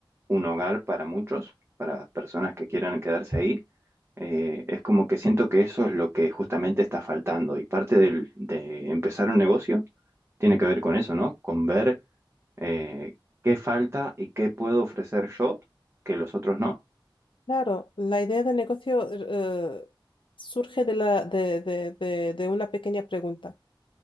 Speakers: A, on the right (about 30°); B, on the left (about 75°).
A: un hogar para muchos, para personas que quieran quedarse ahí, eh, es como que siento que eso es lo que justamente está faltando y parte del- de empezar un negocio tiene que ver con eso, ¿no? Con ver eh, qué falta y qué puedo ofrecer yo que los otros no.
B: Claro, la idea de negocio eh, surge de la, de, de- de- de una pequeña pregunta.